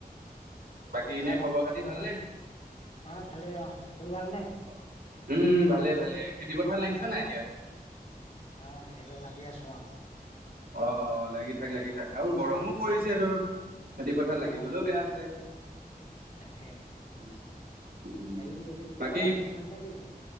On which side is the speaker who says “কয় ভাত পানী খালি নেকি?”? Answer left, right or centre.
Left